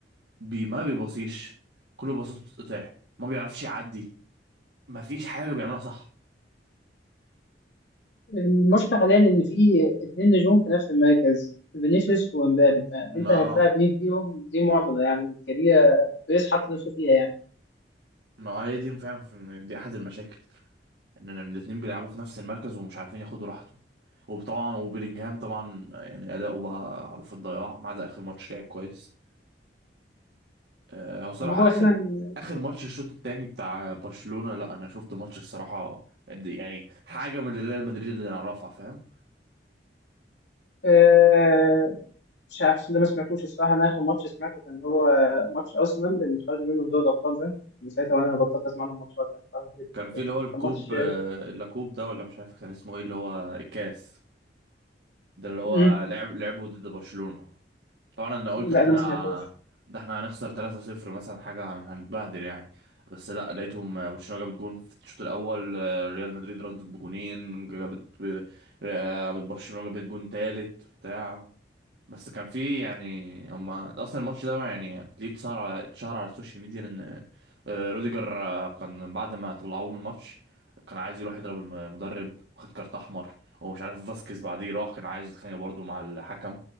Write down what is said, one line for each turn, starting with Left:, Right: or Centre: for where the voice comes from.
Right: بي ما بيبصيش كل بساطته بتتقطع ما بيعرفش يعدي ما فيش حاجة بيعملها صح
Left: المشكلة حاليا إن في اتنين نجوم في نفس المركز فينيسيوس ومبابي فأنت
Right: ما
Left: هتلاعب
Right: آه،
Left: مين فيهم دي معضلة يعني كبيرة بيريز حط نفسه فيها يعني
Right: ما هي دي فعلا في- دي احد المشاكل ان إن الاتنين بيلعبوا في نفس المركز ومش عارفين ياخدوا راحتهم وطبعا وبيلينجهام طبعا يعني اداؤه بقى في الضياع ما عدا اخر ماتش لعب كويس آه، هو صراحة
Left: ما هو
Right: اخر
Left: أساسا
Right: اخر ماتش الشوط التاني بتاع برشلونة لا انا شفت ماتش الصراحة قد- يعني حاجة من اللي ريال مدريد اللي نعرفها فاهم
Left: آه، مش عارف ده ما سمعتوش الصراحة أنا آخر ماتش سمعته كان هو ماتش أرسنال اللي خرجوا منه في دوري الأبطال ده من ساعتها وأنا بطلت أسمع لهم ماتشات يعني فاهم؟
Right: كان في
Left: كان
Right: اللي هو الكوب
Left: ماتش
Right: آه، اللاكوب ده ولا مش عارف كان اسمه ايه اللي هو الكاس ده اللي هو
Left: مم.
Right: لعب لعبه ضد برشلونة طبعا انا قلت
Left: لا
Right: احنا
Left: ده ما سمعتوش
Right: ده احنا هنخسر 3-0 مثلا حاجة هن- هنتبهدل يعني بس لا لقيتهم برشلونة جابت جون في الشوط الاول آه، ريال مدريد ردت بجونين جابت ب- آه، برشلونة جابت جون تالت بتاع بس كان في يعني هما اصلا الماتش ده يعني ليه اتشهر على اتشهر على السوشيال ميديا ان آه، روديجر آه، كان بعد ما طلعوه من الماتش كان عايز يروح يضرب الم- المدرب وخد كارت احمر ومش عارف فاسكيز بعديه راح كان عايز يتخانق برضه مع الحكم